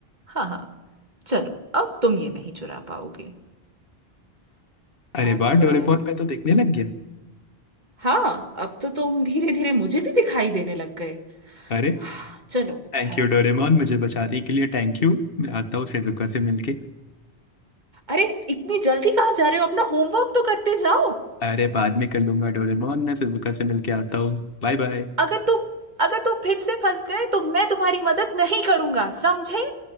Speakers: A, on the right (about 45°); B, on the left (about 60°).
A: हाँ हाँ चलो अब तुम ये नहीं चुरा पाओगे
B: अरे
A: अब
B: वाह
A: अ,
B: डोरेमोन मैं तो देखने लग गया
A: हाँ अब तो तुम धीरे धीरे मुझे भी दिखाई देने लग गए
B: अरे
A: हाँ, चलो अच्छा
B: थैंक
A: है
B: यू डोरेमोन मुझे बचाने के लिए थैंक यू मैं आता हूँ सेजुका से मिलके
A: अरे इतनी जल्दी कहाँ जा रहे हो अपना होमवर्क तो करते जाओ
B: अरे बाद में कर लूंगा डोरेमोन मैं सेजुका से मिलके आता हूँ बाय बाय
A: अगर तू अगर तू फिर से फंस गए तो मैं तुम्हारी मदद नहीं करूंगा समझे